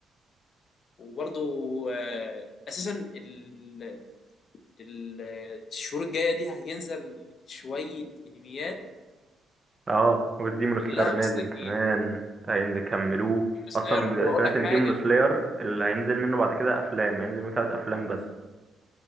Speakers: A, on the left; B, on the right.
A: وبرضو آه، أساسا ال- ال- الشهور الجاية دي هينزل شوية أنميات
B: اه والديمون سلاير
A: كلها
B: نازل
A: مستنية
B: كمان هيكملوه
A: سلاير
B: اصلا بيبقى
A: وأقول
B: سمعت
A: لك
B: ان
A: حاجة
B: ديمون سلاير اللي هينزل منه بعد كده افلام هينزل منه ثلاث افلام بس